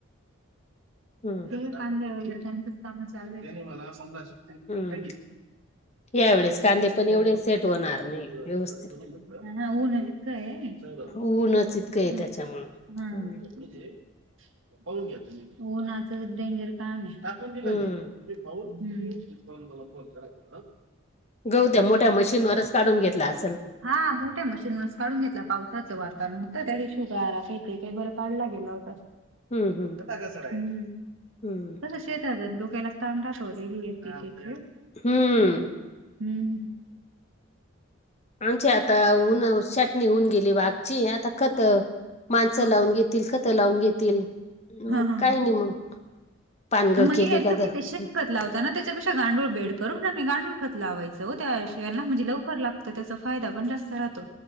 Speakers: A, on the left; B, on the right.
A: हं,
B: कांदे वगैरे चांगलेच काम चालू आहे.
A: हं. यावेेळेस कांदे पण
B: हो
A: एवढे सेट
B: तीच
A: होणार
B: म्ह.
A: नाही व्यवस्थित
B: <unintelligible> हा हा ऊनच इतका आहे.
A: ऊनच
B: हम्म.
A: इतकं आहे त्याच्यामुळं
B: म्हणजे
A: हम्म
B: पाहून घ्या तुम्ही उन्हाचं डेंजर काम आहे. टाकून दिलं
A: हम्म
B: मी तुम्ही पाहुन तून मला फोन करा.
A: गहु द्या मोठ्या मशीनवरच काढून घेतला अस.
B: हा मोठ्या मशीन वरच काढून घेतला. पावसाचं वातावरण होतं त्या शुगारा काही ते काही बर काढला गेला होता.
A: हम्म हम्म
B: हम
A: हम्म
B: तस शेत. डोक्याला तान तु केला तड
A: हम्म
B: हम्म.
A: आमची आता ऊन चटणी होऊन गेली. वाघची आता खत माणसं
B: हा
A: लावून
B: हा
A: घेतील. तील खतं लावून घेतील मग
B: हा हा
A: काय
B: हा.
A: नाही मग. पानगळ
B: मग
A: केली
B: ये
A: का
B: तुम्ही
A: तर
B: कश्या? त लावता ना त्याच्यापेक्षा गांडूळ बेड करून आणि गांडूळखत लावायचं हो त्या यांना म्हणजे लवकर लागत. त्याचा फायदा पण जास्त राहतो.